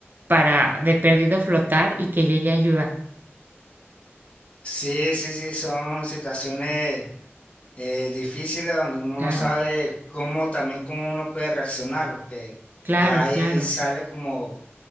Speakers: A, on the right (about 45°); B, on the left (about 30°).
A: para de perdido flotar y que llegue ayuda.
B: Sí, sí, sí, son situaciones eh, difíciles donde uno
A: Claro,
B: no sabe cómo también cómo uno puede reaccionar, porque
A: claro,
B: ya ahí
A: claro.
B: sale como